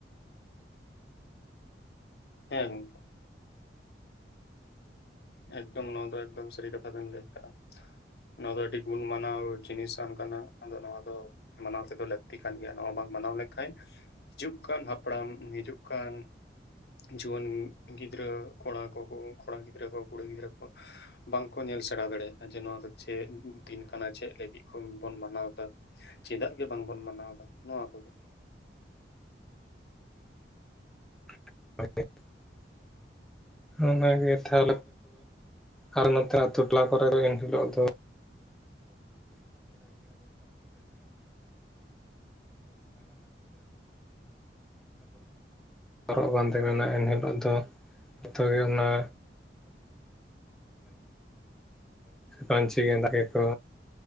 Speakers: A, on the left; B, in the centre.
A: <inaudible> ᱦᱮᱸ ᱜᱚᱸᱝᱠᱮ ᱮᱠᱫᱚᱢ ᱱᱚᱣᱟ ᱫᱚ ᱮᱠᱫᱚᱢ ᱥᱟᱹᱨᱤ ᱠᱟᱛᱷᱟ ᱵᱮᱱ ᱞᱟᱹᱭ ᱟᱠᱟᱜᱼᱟ ᱱᱚᱶᱟ ᱫᱚ ᱟᱹᱰᱤ ᱜᱩᱱ ᱢᱟᱱᱟᱣ ᱡᱤᱱᱤᱥᱟᱱ ᱠᱟᱱᱟ ᱟᱫᱚ ᱱᱚᱸᱣᱟ ᱫᱚ ᱢᱟᱱᱟᱣ ᱛᱮᱫᱚ ᱞᱟᱹᱠᱛᱤ ᱠᱟᱱ ᱜᱮᱭᱟ ᱱᱚᱣᱟ ᱵ ᱢᱟᱱᱟᱣ ᱞᱮᱠᱷᱟᱪ ᱦᱤᱡᱩᱜ ᱠᱟᱱ ᱦᱟᱯᱲᱟᱢ ᱦᱤᱡᱩᱜ ᱠᱟᱱ ᱡᱩᱣᱟᱹᱱ ᱜᱤᱫᱽᱨᱟᱹ ᱠᱚᱲᱟ ᱠᱚᱸᱠᱚ ᱠᱚᱲᱟ ᱜᱤᱫᱽ ᱜᱤᱫᱽᱨᱟᱹ ᱠᱚ ᱠᱩᱲᱤ ᱜᱤᱫᱽᱨᱟᱹ ᱠᱚ ᱵᱟᱝ ᱠᱚ ᱧᱮᱞ ᱥᱮᱬᱟᱣ ᱫᱟᱲᱮᱭᱟᱜᱼᱟ ᱡᱮ ᱱᱚᱣᱟ ᱫᱚ ᱪᱮᱫ ᱫᱤᱱ ᱠᱟᱱᱟ ᱪᱮᱫ ᱞᱟᱹᱜᱤᱫ ᱵᱚᱱ ᱢᱟᱱᱟᱣᱮᱫᱟ ᱪᱮᱫᱟᱜ ᱜᱮ ᱵᱟᱝᱵᱚᱱ ᱢᱟᱱᱟᱣᱮᱫᱟ ᱱᱚᱣᱟ ᱠᱚᱜᱮ <inaudible>
B: <unintelligible> ᱚᱱᱟ ᱜᱤᱛᱷᱚ ᱟᱨ ᱱᱚᱛᱮᱱᱟᱜ ᱟᱹᱛᱩ ᱴᱚᱞᱟ ᱠᱚᱨᱮ ᱫᱚ ᱮᱱᱦᱤᱞᱳᱜ ᱫᱚ <unintelligible> <unintelligible> ᱦᱚᱨᱚᱜ ᱵᱟᱸᱫᱮ ᱢᱮᱱᱟᱜ ᱮᱱᱦᱤᱞᱳᱜ ᱫᱚ ᱡᱚᱛᱚ ᱜᱮ ᱚᱱᱟ ᱯᱟᱹᱪᱤ ᱜᱮᱸᱫᱟᱜ ᱜᱮᱠᱚ